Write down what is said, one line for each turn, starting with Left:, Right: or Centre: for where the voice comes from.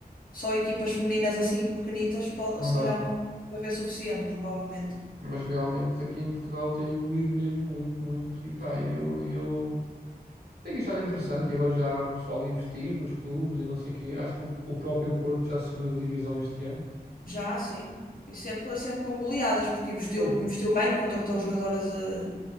Left: só equipas femininas assim pequenitas, pode,
Right: não
Left: se
Right: dá.
Left: calhar não vai haver suficiente, provavelmente.
Right: Mas realmente aqui em Portugal tem evoluído mesmo muito, muito. E pá,
Left: Sim.
Right: eu, eu tenho achado interessante. E agora já há pessoal a investir nos clubes e não sei o quê. Acho que o, o próprio Porto já subiu de divisão este ano.
Left: Já, sim. E sempre, sempre com goleadas, porque investiu,
Right: Pois.
Left: investiu bem, contratou jogadoras eh,